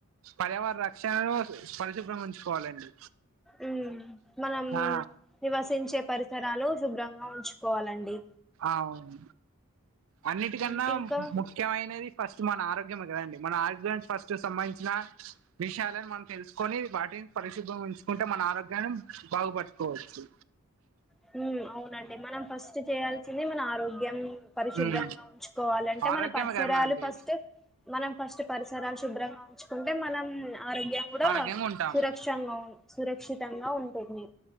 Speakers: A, on the right (about 65°); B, in the centre.
A: పర్యావరణ రక్షణను పరిశుభ్రంగా ఉంచుకోవాలండి
B: ఉ మనం
A: ఆ
B: నివసించే పరిసరాలు శుభ్రంగా ఉంచుకోవాలండి
A: అవును అన్నిటికన్నా
B: ఉమ్, ఇంకా
A: ముఖ్యమైనది ఫస్ స్ట్ మన ఆరోగ్యం కదండి. మన ఆరోగ్యానికి ఫస్ట్ సంబంధించిన విషయాలని, మనం తెలుసుకొని వాటిని పరిశుభ్రం ఉంచుకుంటే మన ఆరోగ్యాన్ని బాగుపడ్చుకోవచ్చు.
B: హు అవునండి మనం ఫస్ట్ చేయాల్సింది మన ఆరోగ్యం. పరిశుభ్రంగా
A: ఉమ్
B: ఉంచుకోవాలంటే
A: ఆరోగ్యమే
B: మన పరిసరాలు
A: కదండి
B: ఫస్ట్ మనం ఫస్ట్ పరిసరాలు శుభ్రంగా ఉంచుకుంటే మనం ఆరోగ్యం కూడా
A: ఆరోగ్యంగా ఉంటాం
B: సురక్షంగా ఉన్ సురక్షితంగా ఉంటుంది